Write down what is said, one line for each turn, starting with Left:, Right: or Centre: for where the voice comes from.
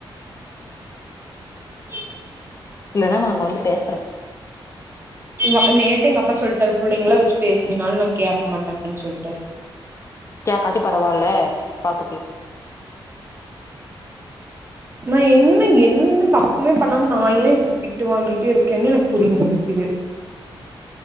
Right: <inaudible>
Left: இல்லனா நாங்க வந்து பேசுறோ
Right: இங்க நேத்தே எங்க அப்பா சொல்ட்டாரு புள்ளைங்குள வச்சு பேஸ்னீன்னாலு கேக்க மாட்ட அப்டின் சொல்ட்டாரு
Left: கேக்காட்டி பரவால்ல பாத்துக்லா
Right: நா என்ன என்ன தப்புமே பண்ணாம நா ஏன் இப்டி திட்டு வாங்கிட்டே இருக்கேன்னு எனக்கு புரிய மாட்டிக்குது